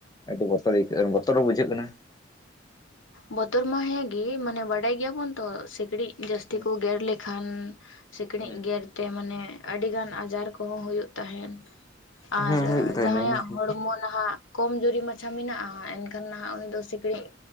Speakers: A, on the left; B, on the left.
A: ᱟᱹᱰᱤ ᱵᱚᱛᱚᱨ ᱟᱹᱭᱠᱟᱹᱜ ᱵᱚᱛᱚᱨ ᱵᱩᱡᱷᱟᱹᱜ ᱠᱟᱱᱟ
B: ᱵᱚᱛᱚᱨ ᱢᱟ ᱦᱮᱸ ᱜᱤ ᱢᱟᱱᱮ ᱵᱟᱰᱟᱭ ᱜᱮᱭᱟᱵᱚᱱ ᱛᱚ ᱥᱤᱠᱬᱤᱡ ᱡᱟᱹᱥᱛᱤ
A: ᱦᱮᱸ
B: ᱠᱚ ᱜᱮᱨ ᱞᱮᱠ ᱠᱷᱟᱱ ᱥᱤᱠᱬᱤᱡ
A: ᱦᱮᱸ
B: ᱜᱮᱨ ᱛᱮ ᱢᱟᱱᱮ ᱟᱹᱰᱤ ᱜᱟᱱ ᱟᱡᱟᱨ ᱠᱚᱦᱚᱸ ᱦᱩᱭᱩᱜ ᱛᱟᱦᱮᱸᱱ ᱟᱨ
A: ᱦᱮᱸ ᱦᱩᱭᱩᱜ ᱛᱟᱦᱮᱱ
B: ᱡᱟᱦᱟᱸᱭᱟᱜ
A: ᱜᱮᱭᱟ ᱦᱮᱸ
B: ᱦᱚᱲᱢᱚ ᱱᱟᱦᱟᱜ ᱠᱚᱢ ᱡᱩᱨᱤ ᱢᱟᱪᱷᱟ ᱢᱮᱱᱟᱜᱼᱟ ᱮᱱ ᱠᱷᱟᱱ ᱠᱷᱟᱱ ᱱᱟᱦᱟᱜ ᱩᱱᱤ ᱫᱚ ᱥᱤᱠᱬᱤᱡ